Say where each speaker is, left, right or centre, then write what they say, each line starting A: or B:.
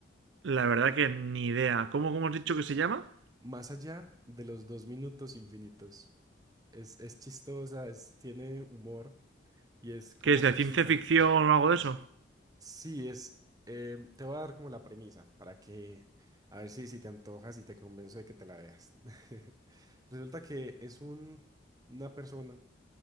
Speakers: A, on the right; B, on the right.
A: La verdad que ni idea. ¿Cómo, cómo has dicho que se llama?
B: Más allá de los dos minutos infinitos. Es, es chistosa, es, tiene humor y es como
A: ¿Que es de
B: china.
A: ciencia ficción o algo de eso?
B: Sí, es. em, te voy a dar como la premisa para que. A ver si, si te antojas y te convenzo de que te la veas. <laughs> Resulta que es un, una persona